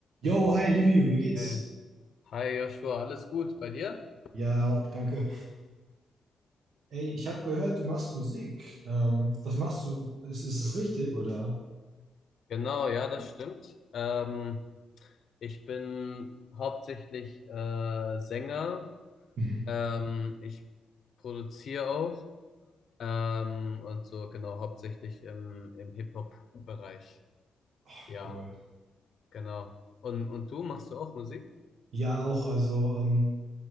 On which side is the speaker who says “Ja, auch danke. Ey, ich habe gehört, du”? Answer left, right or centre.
Right